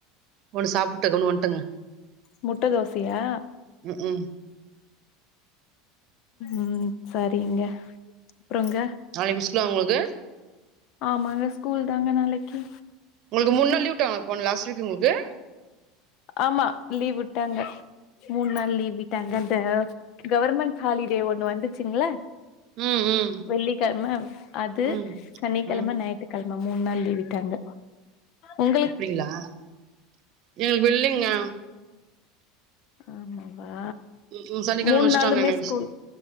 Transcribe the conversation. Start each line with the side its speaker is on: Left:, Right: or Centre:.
Right: ஒன்னு சாப்ட்டு கம்னு வன்டங்க
Left: முட்ட தோசையா
Right: ம்ஹூம்
Left: ம் சரிங்க அப்றொங்க
Right: நாளைக் மிஸ்லா அவுங்ளுக்கு
Left: ஆமாங்க ஸ்கூல் தாங்க நாளைக்கி
Right: உங்களுக்கு மூண் நாள் லீவ் உட்டாங்ளா போன லாஸ்ட் வீக் உங்களுக்கு
Left: ஆமா லீவ் விட்டாங்க மூண் நாள் லீவ் விட்டாங்க அந்த கவர்மெண்ட் ஹாலிடே ஒண்ணு வந்துச்சுள
Right: ம் ம்
Left: வெள்ளிக்கெழம அது
Right: ம்
Left: சனிக்கெழம
Right: ம்
Left: ஞாய் ற்று கெழம மூண் நாள் லீவ் விட்டாங்க ம்
Right: அப்டிங்ளா எங்களுக்கு இல்லேங்க
Left: ஆமாவா
Right: ஊ சனிக்கெழம
Left: மூணு
Right: வச்ட்டாங்க
Left: நாளுமே
Right: எங்களுக்
Left: ஸ்கூல்